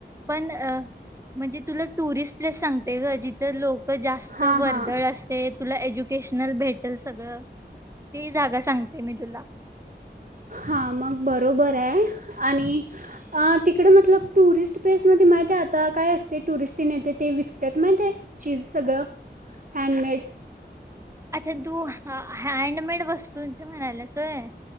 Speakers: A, on the right; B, on the right.
A: पण अ म्हणजे तुला टुरिस्ट प्लेस सांगते ग जिथं लोक जास्त
B: हां
A: वर्दळ
B: हां
A: असते तुला एज्यु वकेशनल भेटेल सगळं ती जागा सांगते मी तुला
B: हा मग बरोबर आहे आणि तिकडे मतलब टुरिस्ट प्लेसमध्ये माहित आहे आता काय असते टुरिस्टने येते ते विकतात माहित आहे चीज सगळं हॅडमेड
A: अच्छा तू हँडमेड वस्तूंच म्हणाल्यास होय